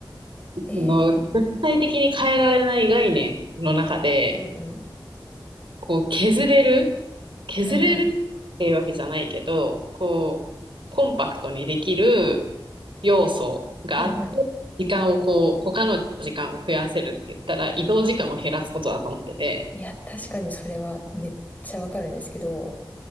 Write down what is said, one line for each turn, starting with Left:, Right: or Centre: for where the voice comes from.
Left: ええ
Right: その、絶対的に変えられない概念の中で、
Left: ー、うんうん。
Right: こう、削れる、削れるっていうわけじゃないけど、
Left: はいはい。
Right: こう、コンパクトにできる要素があって、
Left: はいはい。
Right: 時間をこう、他の時間を増やせるって言ったら、移動時間を減らすことだと思ってて、
Left: いや、確かにそれはめっちゃわかるんですけど、